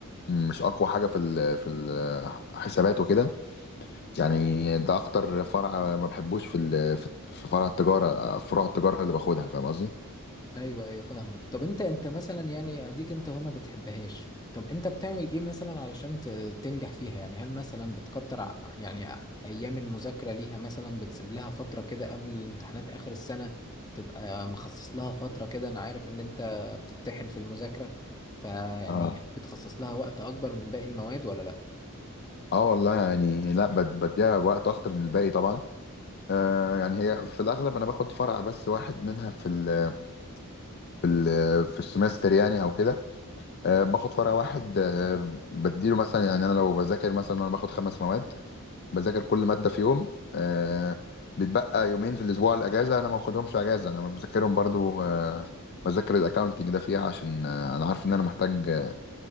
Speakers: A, on the left; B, on the left.
A: مش اقوى حاجه في ال... في الحسابات وكده يعني ده اكتر فرع ما بحبوش في ال- في في فرع التجاره فروع التجاره اللي باخدها فاهم قصدي
B: ايوه ايوه فاهمك طب انت انت مثلا يعني اديك انت هو ما بتحبهاش طب انت بتعمل ايه مثلا علشان ت- تنجح فيها يعني هل مثلا بتكتر ع- يعني ايام المذاكره ليها مثلا بتسيب لها فتره كده قبل الامتحانات اخر السنه تبقى مخصص لها فتره كده انا عارف ان انت بتتحن في المذاكره فيعني
A: اه
B: بتخصص لها وقت اكبر من باقي المواد ولا
A: اه والله يعني لا بد- بديها وقت اكتر من الباقي طبعا آه يعني هي في الاغلب انا باخد فرع بس واحد منها في ال في ال في السمستر يعني او كده آه باخد فرع واحد آه بديله مثلا يعني انا لو بذاكر مثلا انا باخد خمس مواد بذاكر كل مادة في يوم آه بيتبقى يومين في الأسبوع الأجازة أنا ما باخدهمش أجازة أنا بذاكرهم برضو آه بذاكر الأكاونتينج ده فيها عشان آه أنا عارف إن أنا محتاج آه،